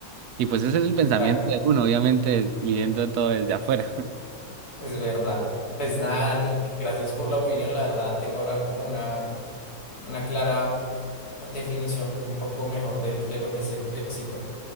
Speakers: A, on the right; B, on the left.
A: Y pues ese es el pensamiento
B: Exacto,
A: de uno, obviamente, viviendo todo desde afuera. <laughs>
B: es verdad. Pues nada, Dani, que gracias por la opinión. La verdad, tengo ahora como una, una clara definición un poco mejor del- de, lo que es e- éxito.